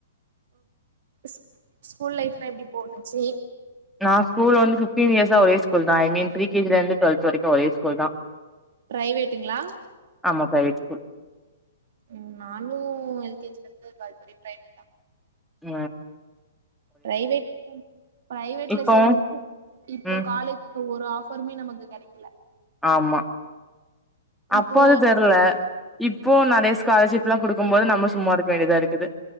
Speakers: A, on the right; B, in the centre.
A: ஸ் ஸ்கூல் லைஃப்லா எப்டி போகுச்சி
B: நா ஸ்கூல் வந்து பிப்டீன் இயர்ஸா ஒரே ஸ்கூல் தா I mean pre K G ல இருந்து டுவல்த் வரைக்கு ஒரே ஸ்கூல்தா
A: பிரைவேட்டுங்களா
B: ஆமா பிரைவெட் ஸ்கூல்
A: உம் நானு எல் கே ஜில இருந்து டூவெல்த் வரை பிரைவேட் தா
B: உம்
A: ப்ரரைவேட் ப்ரைவேட்ல
B: இப்போ
A: சேர்ந்ததுக்கு இப்ப
B: ம்
A: காலே அப்ப ஒரு ஆபருமே நமக்கு கிடக்
B: ஆமா அப்போ
A: இப்போ
B: அது தெர்ல இப்போ நெறய ஸ்காலர்ஷிப் <unintelligible> குடுக்கு போது நம்ம சும்மா இருக்க வேண்டியதாருக்குது